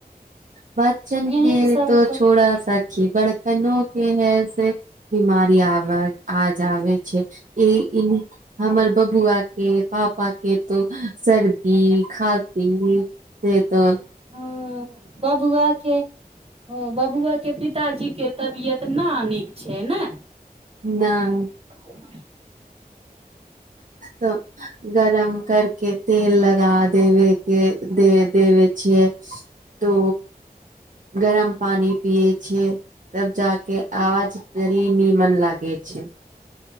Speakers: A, on the right (about 55°); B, on the right (about 40°).
A: बच्चन के
B: यही सब
A: तो छोड़ा सखी बड़का एनो के हैय से बीमारी आब आजाबे छै ई हमर बबुआ के पापा के तो सर्दी खाँसी से तऽ
B: ह बबुआ के बबुआ के पिताजी के तबियत न नीक छै ने
A: नहि
B: <unintelligible>
A: त गरम करके तेल लगा देबे के दे देव छै तो गरम पानी पियए छै तब जाक आवाज जाके नीमन लागे छै